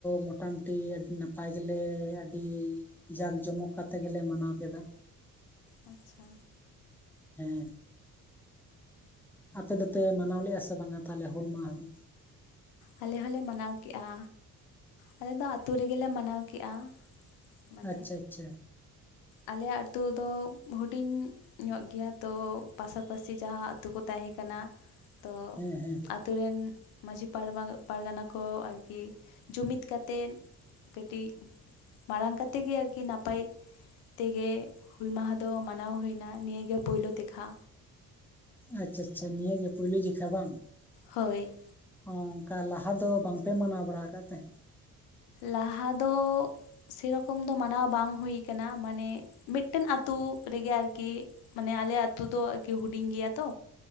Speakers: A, in the centre; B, on the left (about 85°).
A: ᱢᱚᱴᱟᱢᱩᱴᱤ ᱟᱹᱰᱤ ᱱᱟᱯᱟᱭ ᱜᱮᱞᱮ ᱟᱹᱰᱤᱼᱼ ᱡᱟᱸᱠ ᱡᱚᱢᱚᱠ ᱠᱟᱛᱮᱜ ᱜᱮᱞᱮ ᱢᱟᱱᱟᱣ ᱠᱮᱫᱟ
B: ᱟᱪᱪᱷᱟ
A: ᱦᱮᱸ ᱟᱯᱮ ᱫᱚᱯᱮ ᱢᱟᱱᱟᱣ ᱞᱮᱫᱼᱟ ᱥᱮ ᱵᱟᱝᱟ ᱛᱟᱦᱚᱞᱮ ᱦᱩᱞ ᱢᱟᱦᱟ ᱫᱚ
B: ᱟᱞᱮ ᱦᱚᱸᱞᱮ ᱢᱟᱱᱟᱣ ᱠᱮᱜᱼᱟ ᱟᱞᱮ ᱫᱚ ᱟᱛᱳ ᱨᱮᱜᱮᱞᱮ ᱢᱟᱱᱟᱣ ᱠᱮᱜᱼᱟ ᱢᱟᱱᱮ
A: ᱟᱪᱪᱷᱟ ᱟᱪᱪᱷᱟ
B: ᱟᱞᱮ ᱟᱹᱛᱩ ᱫᱚ ᱦᱩᱰᱤᱧᱼᱼ ᱧᱚᱜ ᱜᱮᱭᱟ ᱛᱚ ᱯᱟᱥᱟ ᱯᱟᱥᱤ ᱡᱟᱦᱟᱸ ᱟᱛᱳ ᱠᱚ ᱛᱟᱦᱮᱸ ᱠᱟᱱᱟ ᱛᱚ
A: ᱦᱮᱸ ᱦᱮᱸ
B: ᱟᱛᱳ ᱨᱮᱱ ᱢᱟᱺᱡᱷᱤ <unintelligible> ᱯᱟᱨᱜᱟᱱᱟ ᱠᱚ ᱟᱨᱠᱤ ᱡᱩᱢᱤᱫ ᱠᱟᱛᱮᱫ ᱠᱟᱹᱴᱤᱡᱼᱼ ᱢᱟᱲᱟᱝ ᱠᱟᱛᱮ ᱜᱮ ᱟᱨᱠᱤ ᱱᱟᱯᱟᱭ ᱛᱮᱜᱮ ᱦᱩᱞ ᱢᱟᱦᱟ ᱫᱚ ᱢᱟᱱᱟᱣ ᱦᱩᱭ ᱮᱱᱟ ᱱᱤᱭᱟᱹ ᱜᱮ ᱯᱳᱭᱞᱳ ᱫᱮᱠᱷᱟ
A: ᱟᱪᱪᱷᱟ ᱟᱪᱪᱷᱟ ᱱᱤᱭᱟᱹ ᱜᱮ ᱯᱩᱭᱞᱳ ᱡᱤᱠᱷᱟ ᱵᱟᱝ
B: ᱦᱳᱭ
A: ᱚᱱᱠᱟ ᱞᱟᱦᱟ ᱫᱚ ᱵᱟᱝ ᱯᱮ ᱢᱟᱱᱟᱣ ᱵᱟᱲᱟ ᱟᱠᱟᱫ ᱛᱟᱦᱮᱸᱫ
B: ᱞᱟᱦᱟ ᱫᱚᱼᱼ ᱥᱮᱨᱚᱠᱚᱢ ᱫᱚ ᱢᱟᱱᱟᱣ ᱵᱟᱝ ᱦᱩᱭ ᱟᱠᱟᱱᱟ ᱢᱟᱱᱮ ᱢᱤᱫᱴᱮᱱ ᱟᱛᱳ ᱨᱮᱜᱮ ᱟᱨᱠᱤᱼᱼ ᱢᱟᱱᱮ ᱟᱞᱮ ᱟᱹᱛᱩ ᱫᱚ ᱟᱨᱤ ᱦᱩᱰᱤᱧ ᱜᱮᱭᱟ ᱛᱚ